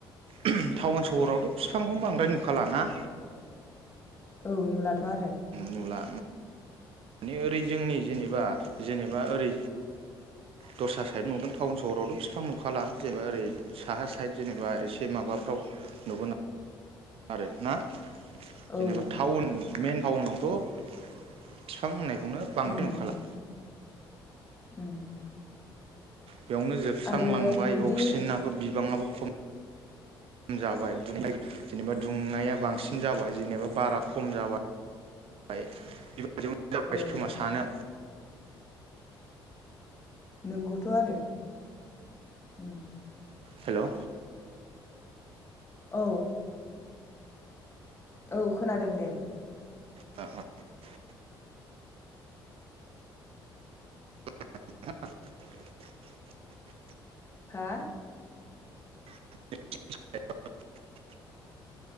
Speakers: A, on the right (about 50°); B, on the left (about 20°).
A: टाउन सहरावथ' फिफांखौ बां बांद्राय नुखा लाना?
B: औ नुलाथ' आरो?
A: नुला मे ओरै जोंनि जेनेबा जेनेबा ओरै दस्रा साइद नुगोन टाउन सहरावथ' बिफां नुखाला जेनेबा ओरै साहा साइद जेनेबा एसे माबाफ्राव नुगोन आरो आरो ना जेनेबा
B: औ
A: थटाउन मेन टाउनावथ' फिफां होननाय बेखौनो बांद्राय
B: उम
A: नुखाला
B: उम
A: बेयावनो जोबस्रांलांबाय
B: आरो बिदि
A: अक्सिजेनाबो बिबाङाबो ख खम जाबाय दनाय जेनेबा दुंनाया बांसिन जाबाय जेनेबा बारा खम जाबाय जों जाबाय
B: औ
A: खोमा सानो <inaudible>
B: नोंगौथ' आरो ओ
A: हेलौ
B: औ औ खोनादों दे
A: <unintelligible> <inaudible>
B: हा?
A: <unintelligible>